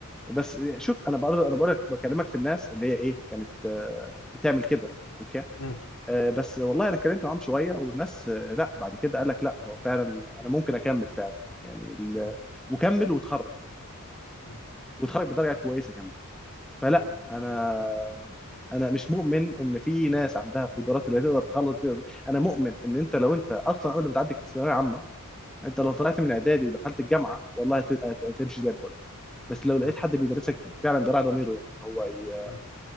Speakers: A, in the centre; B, on the left.
A: بس شوف انا بقرا انا بقول لك بكلمك في الناس اللي هي ايه كانت آه، بتعمل كده اوكي
B: مم.
A: آه، بس والله انا اتكلمت معاهم شويه والناس آه، لا بعد كده قال لك لا هو فعلا انا ممكن اكمل فعلا يعني ال-
B: مم.
A: وكمل وتخرج
B: مم.
A: وتخرج بدرجه كويسه كمان فلا
B: مم.
A: انا انا مش مؤمن ان في ناس عندها قدرات اللي تقدر تخلص دي انا مؤمن ان انت لو انت اصلا قبل ما تعدي الثانويه العامه انت لو طلعت من اعدادي ودخلت الجامعه والله هت- هت- هتمشي زي الفل بس لو لقيت
B: مم.
A: حد بيدرسك فعلا بيراعي ضميره يعني هو ي-
B: مم.